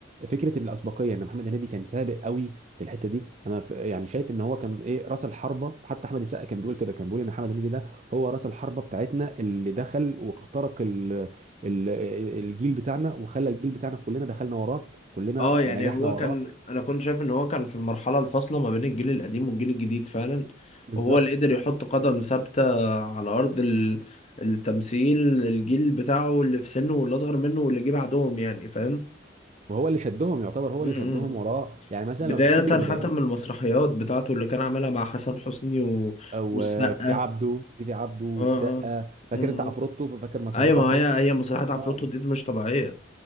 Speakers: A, on the right (about 35°); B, on the left (about 35°).
A: فكره الاسبقيه ان محمد هنيدي كان سابق قوي في الحته دي انا ف- يعني شايف ان هو كان ايه راس الحربه حتى احمد السقا كان بيقول كده كان بيقول ان محمد هنيدي ده هو راس الحربه بتاعتنا اللي دخل واخترق ال ال الجيل بتاعنا وخلى الجيل بتاعنا كلنا دخلنا وراه كلنا
B: اه يعني
A: نجحنا
B: هو
A: وراه
B: كان انا كنت شايف ان هو كان في المرحله الفاصله ما بين الجيل القديم والجيل الجديد فعلا
A: بالظبط
B: وهو اللي قدر يحط قدم ثابته على ارض ال... التمثيل الجيل بتاعه اللي في سنه واللي اصغر منه واللي جه بعدهم يعني فاهم
A: وهو اللي شدهم يعتبر هو
B: مم.
A: اللي شدهم وراه يعني مثلا
B: بداية
A: لو تفتكر بدايات
B: حتى من المسرحيات بتاعته اللي كان عملها مع حسن حسني و...
A: او
B: والسقا
A: آه، في عبده في في عبده والسقا
B: اه اه
A: فاكر
B: م-
A: انت عفروتو
B: م.
A: فاكر مسرحيه
B: ايوه
A: عفروتو
B: ما هي هي مسرحيات عفروتو
A: اه
B: دي مش طبيعية